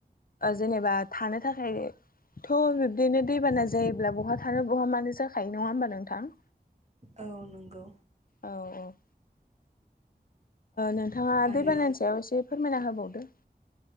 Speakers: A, on the left; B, on the right.
A: जेनेबा थानो थाखाय थ' बिब्दिनो दैबाना जायो जब्ला बहा थानो बहा मानो जाखायो नङा होमबा नोंथां?
B: औ नंगौ।
A: औ औ। नोंथाङा
B: आरो
A: दैबानानि सायाव एसे फोरमायना होबावदो